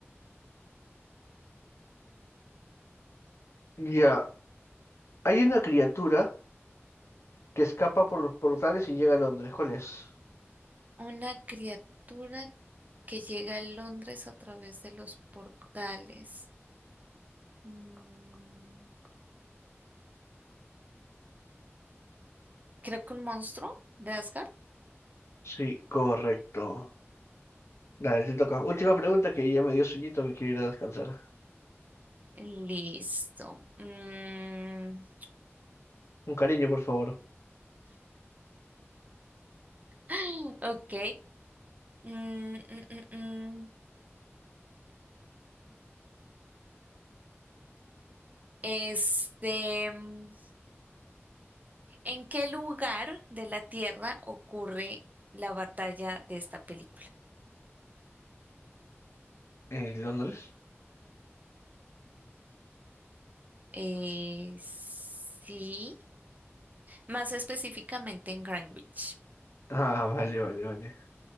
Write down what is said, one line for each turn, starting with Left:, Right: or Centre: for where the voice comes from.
Left: ya. Hay una criatura que escapa por los portales y llega a Londres. ¿Cuál es?
Right: Una criatura que llega a Londres a través de los portales. Mm, creo que un monstruo de Asgard.
Left: Sí, correcto. Dale, te toca. Última pregunta que ya me dio sueñito, me quiero ir a descansar.
Right: Listo. Mm,
Left: Un cariño, por favor.
Right: <gasps> ok. Mm, mm, mm, mm. Este, mm, ¿en qué lugar de la Tierra ocurre la batalla de esta película?
Left: ¿En Londres?
Right: Eh, sí, más específicamente en Greenwich.
Left: Ah, vale, vale, vale.